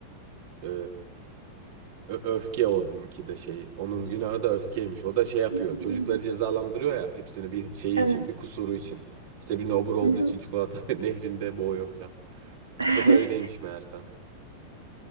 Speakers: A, on the right; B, on the right.
A: e, Ö- öfke onunki de şeyi. Onun günahı da öfkeymiş. O da şey yapıyor.
B: <laughs> Hmm,
A: Çocukları cezalandırıyor ya. Hepsini bir şeyi
B: Evet.
A: için, bir kusuru için. İşte birine obur olduğu
B: Hı hı.
A: için çikolata <laughs> nehrinde boğuyor falan.
B: <laughs>
A: O da öyleymiş meğersem.